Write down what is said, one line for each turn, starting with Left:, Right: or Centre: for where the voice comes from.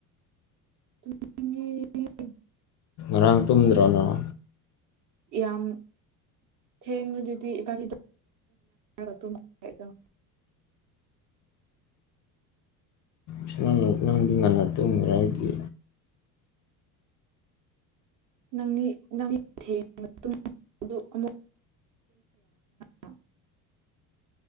Right: ꯇ <inaudible>
Left: ꯉꯔꯥꯡ ꯇꯨꯝꯗ꯭ꯔꯅꯣ ꯅꯪ
Right: ꯌꯥꯝ ꯊꯦꯡꯅ ꯑꯗꯨꯗꯤ ꯏꯕꯥꯗ ꯑꯗꯨ <inaudible> <unintelligible>
Left: ꯑꯁ ꯅꯪ ꯅꯪꯗꯤ ꯉꯟꯅ ꯇꯨꯝꯒ꯭ꯔꯦ ꯑꯩꯗꯤ
Right: ꯅꯪ ꯗꯤ ꯊꯦꯪꯅꯥ ꯇꯨꯝꯕꯗꯣ <inaudible> <unintelligible>